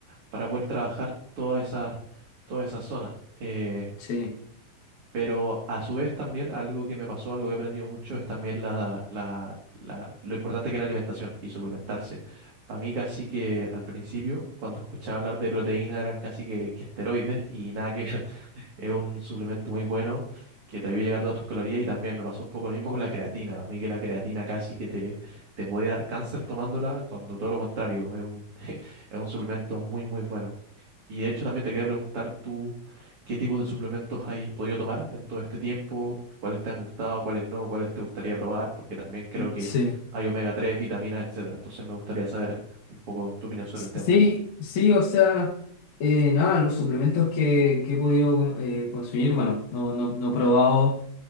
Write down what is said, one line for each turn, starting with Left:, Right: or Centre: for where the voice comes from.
Right: para poder trabajar todas esas, todas esas zonas. Eh,
Left: Sí.
Right: pero a su vez también algo que me pasó, algo que he aprendido mucho, es también la, la- la- lo importante que es la alimentación y suplementarse. Para mí casi que al principio, cuando escuchaba hablar de proteínas, eran casi que, que esteroides y nada que ver. Es un suplemento muy bueno que te ayuda a llegar todas tus calorías y también me pasó un poco lo mismo con la creatina. A mí que la creatina casi que te, te puede dar cáncer tomándola, cuando todo lo contrario, es un, <laughs> es un suplemento muy, muy bueno. Y de hecho también te quería preguntar tú qué tipo de suplementos has podido tomar en todo este tiempo, cuáles te han gustado, cuáles no, cuáles te gustaría probar, porque también creo que
Left: Sí,
Right: hay omega 3 vitaminas, etcétera. Entonces me gustaría saber un poco tu opinión sobre
Left: sí,
Right: el tema.
Left: sí, o sea, eh, nada, los suplementos que, que he podido eh, consumir, bueno, no, no, no he probado